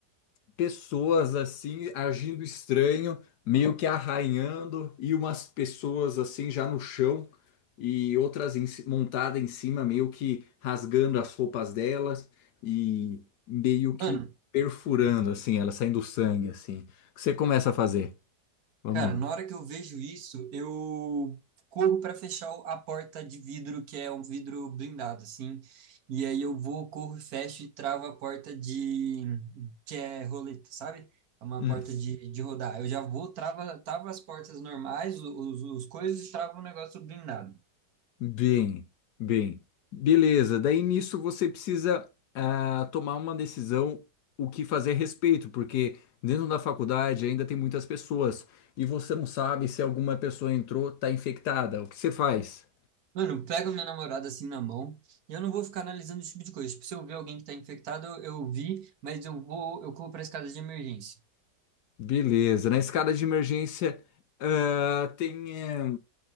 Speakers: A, on the left; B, on the right.
A: pessoas assim agindo estranho, meio que arranhando, e umas pessoas assim já no chão e outras em ci- montada em cima, meio que rasgando as roupas delas e meio que
B: Mano,
A: perfurando assim, elas saindo sangue assim. O que você começa a fazer? Vamos
B: Cara, na hora que eu vejo isso, eu corro para fechar o- a porta de vidro, que é um vidro blindado, assim. E aí eu vou, corro, fecho e travo a porta de... que é roleta, sabe? É uma
A: lá.
B: porta de, de rodar. Eu já vou, trava, trava as portas normais, os, os coisas, e travo o negócio blindado.
A: Bem, bem. Beleza. Daí nisso você precisa ah, tomar uma decisão o que fazer a respeito, porque dentro da faculdade ainda tem muitas pessoas e você não sabe se alguma pessoa entrou, tá infectada. O que você faz?
B: Mano, eu pego minha namorada assim na mão e eu não vou ficar analisando esse tipo de coisa. Tipo, se eu ver alguém que tá infectado, eu, eu vi, mas eu vou, eu corro pra escada de emergência.
A: Beleza. Na escada de emergência ah, tem. eh,